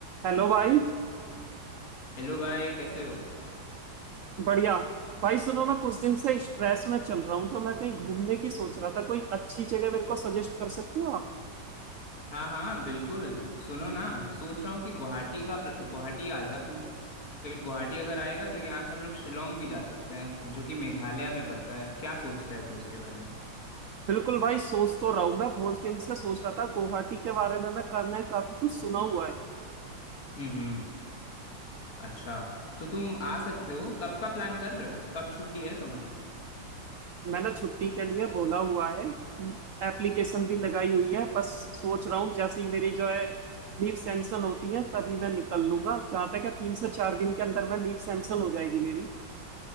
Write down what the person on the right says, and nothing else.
Hello भाई
बढ़िया भाई सुनो मैं कुछ दिन से स्ट्रेस में चल रहा हूँ तो मैं कहीं घूमने की सोच रहा था कोई अच्छी जगह मेरे को सजेस्ट कर सकते हो आप
बिल्कुल भाई सोच तो रहा हूँ मैं बहुत दिन से सोच रहा था गुवाहाटी के बारे में मैं करने काफी कुछ सुना हुआ है
मैंने छुट्टी के लिए बोला हुआ है एप्लीकेशन भी लगाई हुई है बस सोच रहा हूँ जैसे ही मेरी जो है लीव सैंक्शन होती है तभी मैं निकल लूंगा जहां तक है तीन से चार दिन के अंदर मैं लीव सैंक्शन हो जाएगी मेरी